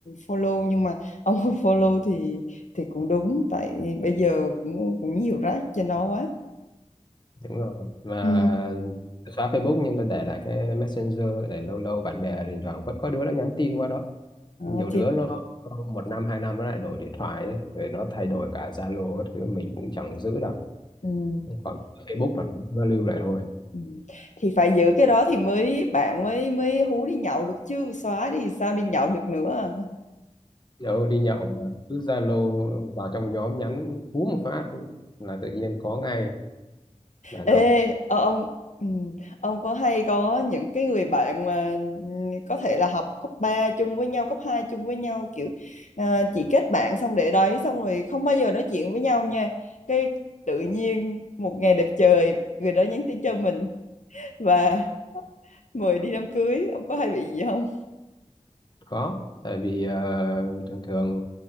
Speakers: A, on the left (about 80°); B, on the left (about 35°).
A: follow nhưng mà <laughs> ông không follow thì thì cũng đúng tại bây giờ cũng cũng nhiều rác trên đó quá
B: đúng rồi mà
A: Ừ.
B: tôi xóa Facebook nhưng tôi để lại cái Messenger để lâu lâu bạn bè thỉnh thoảng vẫn có đứa nó nhắn tin qua đó
A: Ờ,
B: nhiều đứa
A: thì
B: nó có một năm hai năm nó lại đổi điện thoại ấy. rồi nó thay đổi cả Zalo các thứ mình cũng chẳng giữ được
A: ừ.
B: còn Facebook là nó lưu lại thôi
A: Ừ. Thì phải giữ cái đó thì mới bạn mới mới hú đi nhậu được chứ xóa đi sao đi nhậu được nữa à.
B: đâu đi nhậu mà cứ Zalo vào trong nhóm nhắn hú một phát là tự nhiên có ngay là
A: Ê
B: nó
A: ờ, ông ừ, ông có hay có những cái người bạn mà ừ, có thể là học cấp 3 chung với nhau cấp 2 chung với nhau kiểu à, chỉ kết bạn xong để đấy xong rồi không bao giờ nói chuyện với nhau nha cái tự nhiên một ngày đẹp trời người đó nhắn tin cho mình và mời đi đám cưới ông có hay bị gì không
B: có tại vì ờ, thường thường